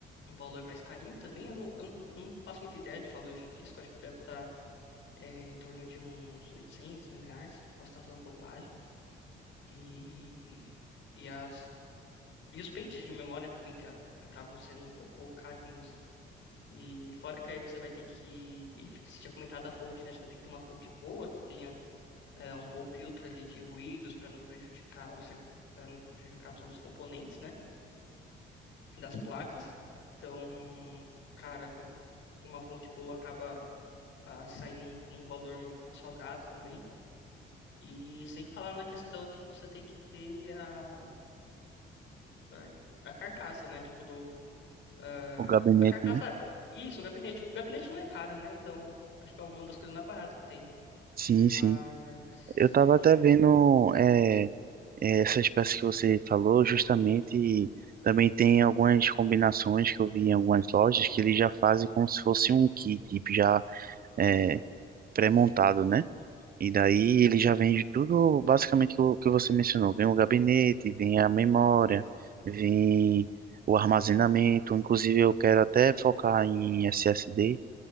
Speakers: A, on the left (about 70°); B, on the right (about 50°).
A: um valor mais carinho também. Eu não, eu não- faço muita ideia de valor de disco, acho que deve estar é, em torno de uns 800 mil reais, posso estar falando bobagem. E, e, as, e os pentes de memória também, que a- acabam sendo um pouco carinhos. E fora que aí você vai ter que, enfim, você tinha comentado da fonte, né? Você vai ter que ter uma fonte boa, que tenha é, um bom filtro ali de ruídos para não prejudicar os, para não prejudicar todos os componentes, né, das placas. Então, cara, com uma fonte boa acaba ah, saindo um, um valor um pouco salgado também. E sem falar na questão que você tem que ter a, a, a carcaça, né? Tipo do ah,
B: O gabinete,
A: a carcaça,
B: né?
A: isso, o gabinete. O gabinete não é caro, né? Então, acho que é uma das coisas mais baratas que tem.
B: Sim,
A: Mas,
B: sim. Eu tava
A: tipo,
B: até vendo é, É, Essa espécie que você falou, justamente, também tem algumas combinações que eu vi em algumas lojas que eles já fazem como se fosse um kit, tipo, já é, pré-montado, né? E daí ele já vende tudo, basicamente, o que você mencionou. Vem o gabinete, vem a memória, vem o armazenamento. Inclusive, eu quero até focar em SSD,